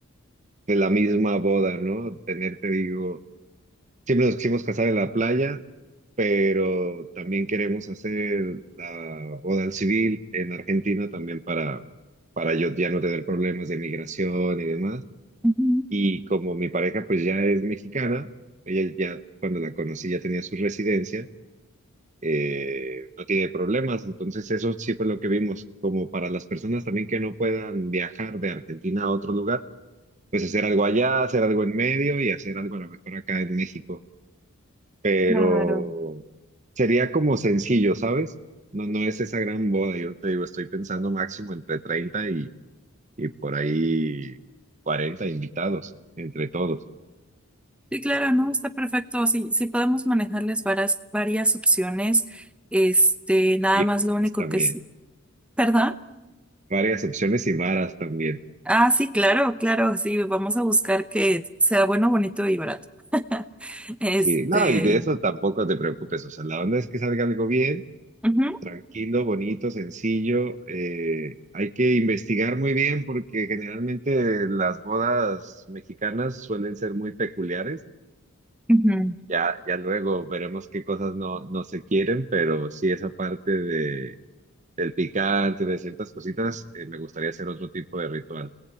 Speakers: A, on the right; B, in the centre.
A: de la misma boda, ¿no? Tener, te digo Siempre nos quisimos casar en la playa, pero también queremos hacer la boda al civil en Argentina también para, para yo ya no tener problemas de migración y demás.
B: Ujú,
A: Y como mi pareja pues ya es mexicana, ella ya cuando la conocí ya tenía su residencia, eh, no tiene problemas. Entonces eso sí fue lo que vimos, como para las personas también que no puedan viajar de Argentina a otro lugar, pues hacer algo allá, hacer algo en medio y hacer algo a lo mejor acá en México pero
B: Claro.
A: sería como sencillo, ¿sabes? No, no es esa gran boda, yo te digo, estoy pensando máximo entre 30 y, y por ahí 40 invitados, entre todos,
B: Sí, claro, ¿no? Está perfecto. Sí, sí podemos manejarles varias, varias opciones. Este, nada
A: y
B: más lo único
A: varas también,
B: que sí. ¿Perdón?
A: varias opciones y varas también.
B: Ah, sí, claro, claro. Sí, vamos a buscar que sea bueno, bonito y barato. <laughs> Este.
A: Sí, no, y de eso tampoco te preocupes, o sea, la onda es que salga algo bien,
B: ujú,
A: tranquilo, bonito, sencillo, eh, hay que investigar muy bien porque generalmente las bodas mexicanas suelen ser muy peculiares
B: ujú.
A: Ya, ya luego veremos qué cosas no, no se quieren, pero sí esa parte de, del picante, de ciertas cositas, eh, me gustaría hacer otro tipo de ritual.